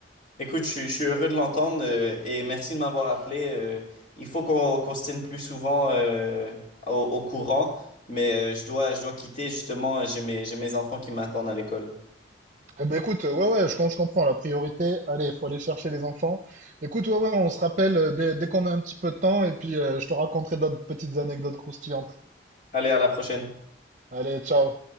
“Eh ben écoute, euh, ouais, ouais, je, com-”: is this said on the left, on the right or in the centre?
Right